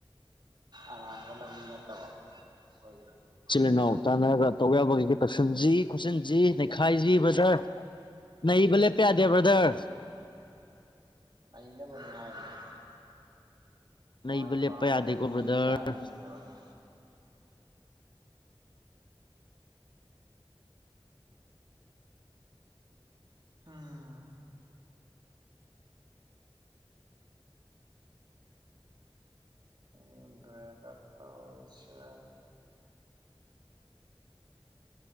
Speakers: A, on the right (about 55°); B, on the left (about 55°).
A: ꯑꯔꯥꯟꯕ ꯂꯝꯕꯤ ꯅꯠꯇꯕ ꯑꯩꯈꯣꯏꯒꯤ
B: ꯏꯆꯜ ꯏꯅꯥꯎ
A: ꯑꯗꯨꯝ
B: ꯇꯥꯟꯅꯔꯒ ꯇꯧ ꯌꯥꯕ ꯀꯩꯀꯩ ꯇꯧꯁꯤꯟꯁꯤ ꯈꯣꯠꯆꯟꯁꯤ ꯈꯥꯏꯖꯤ
A: ꯑꯗꯨꯝ
B: ꯕ꯭ꯔꯗꯔ ꯅꯩꯕ ꯂꯦꯞꯄ ꯌꯥꯗꯦ ꯕ꯭ꯔꯗꯔ
A: ꯑꯅ ꯃꯅꯤ ꯌꯥ
B: ꯅꯩꯕ
A: ꯃꯥꯏ
B: ꯂꯦꯞꯄ
A: ꯄꯔꯤꯦ
B: ꯌꯥꯗꯦꯀꯣ
A: ꯂꯣꯏ ꯅꯩ
B: ꯕ꯭ꯔꯗꯔ
A: ꯌꯥꯗꯣꯏꯅꯤ ꯀꯔꯛꯑꯒ ꯎꯝ ꯋꯦꯗꯔ ꯇ ꯑꯣꯏꯁ